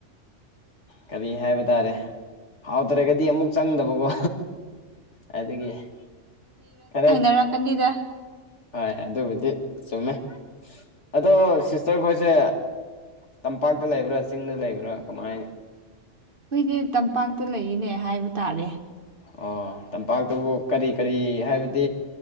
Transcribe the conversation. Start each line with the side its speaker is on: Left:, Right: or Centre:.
Left: ꯀꯔꯤ ꯍꯥꯏꯕ ꯇꯥꯔꯦ ꯍꯥꯎꯗ꯭ꯔꯒꯗꯤ ꯑꯃꯨꯛ ꯆꯪꯗꯕꯀꯣ ꯑꯗꯒꯤ ꯐꯔ
Right: ꯅꯩꯔꯛꯀꯅꯤꯗ
Left: ꯍꯣꯏ ꯑꯗꯨꯕꯨꯗꯤ ꯆꯨꯝꯃꯦ ꯑꯗꯣ ꯁꯤꯁꯇꯔ ꯈꯣꯏꯁꯦ ꯇꯝꯄꯥꯛꯇ ꯂꯩꯕ꯭ꯔꯥ ꯆꯤꯡꯗ ꯂꯩꯕ꯭ꯔꯥ ꯀꯃꯥꯏ
Right: ꯑꯩꯈꯣꯏꯗꯤ ꯇꯝꯄꯥꯛꯇ ꯂꯩꯔꯤꯅꯦ ꯍꯥꯏꯕ ꯇꯥꯔꯦ
Left: ꯑꯣ ꯇꯝꯄꯥꯛꯇꯕꯨ ꯀꯔꯤ ꯀꯔꯤ ꯍꯥꯏꯕꯗꯤ